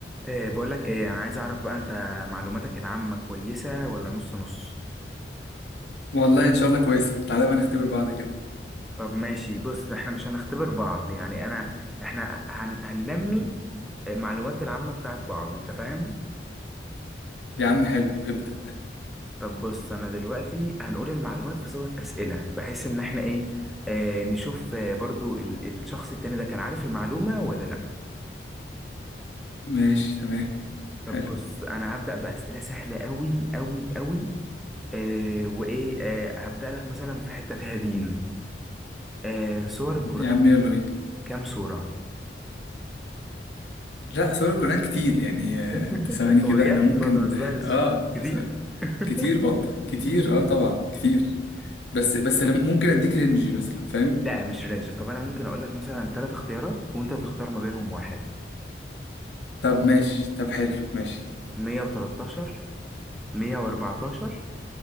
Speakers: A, in the centre; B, on the left.
A: إيه بقول لك ايه انا عايز اعرف بقى انت معلوماتك العامة كويسة ولا نص نص
B: والله ان شاء الله كويسه تعالى بقى نختبر بعض كده
A: طب ماشي بص احنا مش هنختبر بعض يعني انا احنا هن هننمي المعلومات العامة بتاعت بعض انت فاهم
B: يا عم حلو ابدا
A: طب بص انا دلوقتي هنقول المعلومات في صيغة أسئلة بحيث ان احنا ايه آه نشوف آه، برضو ال الشخص التاني ده كان عارف المعلومة ولا لا
B: ماشي تمام
A: طب
B: حلو
A: بص انا هبدأ بأسئلة سهلة قوي قوي قوي آه وايه آه هبدأ لك مثلا في حتة فيها دين آه سور القرآن
B: يا عم يلا بينا
A: كام صورة؟
B: لا سور القران كتير يعني آه،
A: <laughs>
B: انت ثواني كده
A: بجد
B: انا ممكن
A: ما تهزرش
B: <laughs> اه
A: كتير
B: س-
A: <laughs>
B: كتير والله كتير اه طبعا كتير بس بس
A: طب-
B: انا ممكن اديك رينج مثلا فاهم
A: لا مش رينج طب انا ممكن اقول لك مثلا ثلاث اختيارات وانت تختار ما بينهم واحد
B: طب ماشي طب حلو ماشي
A: 113 114